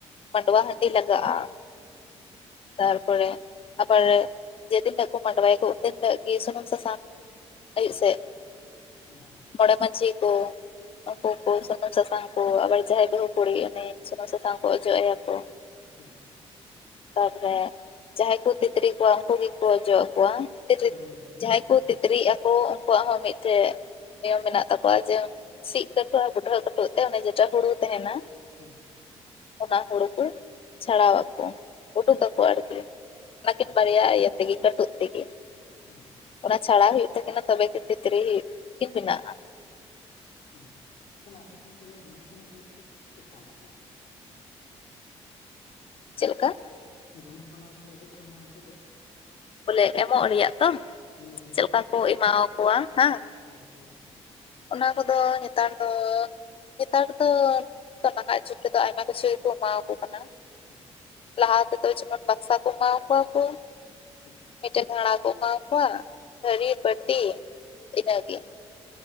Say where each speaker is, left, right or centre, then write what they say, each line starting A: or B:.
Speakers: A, on the left; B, on the left.
A: ᱢᱟᱰᱣᱟ
B: ᱦᱮᱸ
A: ᱦᱟᱺᱰᱤ ᱞᱟᱜᱟᱜ-ᱟ᱾ ᱛᱟᱨ-ᱯᱚᱨᱮ ᱟᱵᱟᱨᱻ ᱡᱮᱫᱤᱱ ᱦᱤᱞᱳᱜ ᱠᱚ ᱢᱟᱰᱣᱟᱭᱟᱠᱚ ᱩᱱ ᱫᱤᱱ ᱦᱤᱞᱳᱜ ᱜᱮ ᱥᱩᱱᱩᱢ ᱥᱟᱥᱟᱝ ᱟᱹᱭᱩᱵ ᱥᱮᱜ
B: ᱦᱮᱸ᱾
A: ᱢᱚᱸᱬᱮ ᱢᱟᱹᱡᱷᱤ ᱠᱚ ᱩᱱᱠᱩ ᱠᱚ ᱥᱟᱶ <unintelligible> ᱥᱟᱥᱟᱝ ᱠᱚ ᱟᱵᱟᱨ ᱡᱟᱦᱟᱸᱭ ᱵᱟᱦᱩ ᱠᱩᱲᱤ ᱩᱱᱤ ᱥᱩᱱᱩᱢ ᱥᱟᱥᱟᱝ ᱠᱚ ᱚᱡᱚᱜ ᱟᱭᱟ ᱠᱚ
B: ᱦᱮᱸ᱾
A: ᱛᱟᱯᱚᱨᱮ ᱡᱟᱦᱟᱸᱭ ᱠᱚ ᱛᱤᱛᱨᱤ ᱠᱚᱣᱟ ᱩᱱᱠᱩ ᱜᱮᱠᱚ ᱚᱡᱚᱜ ᱟᱠᱚᱣᱟ᱾ <unintelligible>
B: ᱦᱳᱭ, ᱦᱳᱭ, ᱦᱳᱭ
A: ᱡᱟᱦᱟᱸᱭ
B: ᱪᱤᱛᱨᱤ
A: ᱠᱚ ᱛᱤᱛᱨᱤᱜ-ᱟ ᱳ ᱩᱱᱠᱩᱣᱟᱜ ᱦᱚᱸ ᱢᱤᱫᱴᱮᱡ ᱱᱤᱭᱚᱢ ᱢᱮᱱᱟᱜ ᱛᱟᱠᱚᱣᱟ ᱡᱮ ᱥᱤᱵᱽ ᱠᱟᱹᱴᱩᱵ ᱵᱩᱰᱦᱟᱹ ᱠᱟᱹᱴ <unintelligible> ᱚᱱᱮ ᱡᱮᱴᱟ ᱦᱩᱲᱩ ᱛᱟᱦᱮᱸᱱᱟ
B: ᱦᱮᱸ᱾
A: ᱚᱱᱟ ᱦᱩᱲᱩ ᱠᱚ ᱪᱷᱟᱲᱟᱣ ᱟᱠᱚ ᱩᱰᱩᱠ ᱟᱠᱚ ᱟᱨᱠᱤ᱾ ᱚᱱᱟᱠᱤᱱ
B: ᱚ,
A: ᱵᱟᱨᱭᱟ ᱤᱭᱟᱹ ᱛᱮᱜᱮ ᱠᱟᱹᱴᱩᱵ ᱛᱮᱜᱮ᱾
B: ᱩᱸ᱾
A: ᱚᱱᱟ ᱪᱷᱟᱲᱟᱣ ᱦᱳᱭᱩᱜ ᱛᱟᱹᱠᱤᱱᱟ ᱛᱚᱵᱮ ᱜᱮ ᱛᱤᱛᱨᱤ ᱦᱩᱭᱩᱜ <unintelligible> ᱠᱤᱱ ᱵᱮᱱᱟᱜ-ᱟ᱾
B: ᱚ ᱛᱟᱦᱚᱞᱮ ᱟᱯᱮᱥᱮᱱ ᱫᱚ ᱫᱮᱱᱟ-ᱯᱟᱣᱱᱟ ᱛᱟᱦᱚᱞᱮ ᱛᱤᱱᱟᱹᱜ ᱪᱮᱜᱠᱟ ᱢᱮᱱᱟᱜ-ᱟ ᱛᱟᱦᱚᱞᱮ?
A: ᱪᱮᱞᱠᱟ?
B: ᱫᱮᱱᱟ ᱯᱟᱣᱱᱟ ᱫᱚ ᱛᱟᱦᱚᱞᱮ ᱪᱮᱜᱠᱟ ᱢᱮᱱᱟᱜ-ᱟ ᱱᱤᱛᱚᱜ ᱫᱚ?
A: ᱵᱚᱞᱮ ᱮᱢᱚᱜ ᱨᱮᱭᱟᱜ ᱛᱚ
B: ᱦᱳᱭ,
A: ᱪᱮᱞᱠᱟ ᱠᱚ ᱮᱢᱟᱠᱚᱣᱟ ᱦᱟᱸᱝ᱾
B: ᱦᱚᱭ ᱦᱳᱭ᱾
A: ᱚᱱᱟ ᱠᱚᱫᱚ ᱧᱮᱛᱟᱨ ᱫᱚ ᱱᱮᱛᱟᱨ ᱫᱚ ᱱᱟᱦᱟᱸᱜ ᱡᱩᱜᱽ ᱨᱮᱫᱚ ᱟᱭᱢᱟ ᱠᱤᱪᱷᱩ ᱜᱮᱠᱚ ᱮᱢᱟᱣᱟᱠᱚ ᱠᱟᱱᱟ᱾
B: ᱦᱮᱸ,
A: ᱞᱟᱦᱟ ᱛᱮᱫᱚ ᱡᱮᱢᱚᱱ ᱵᱟᱠᱥᱟ ᱠᱚ ᱮᱢᱟᱣ ᱟᱠᱚᱣᱟ ᱠᱚ
B: ᱦᱮᱸ,
A: ᱢᱤᱫᱴᱮᱱ ᱵᱷᱮᱲᱟ ᱠᱚ ᱮᱢᱟᱣ ᱠᱚᱣᱟ ᱛᱷᱟᱹᱨᱤ, ᱵᱟᱹᱴᱤ ᱤᱱᱟᱹ
B: ᱦᱮᱸ,
A: ᱜᱮ᱾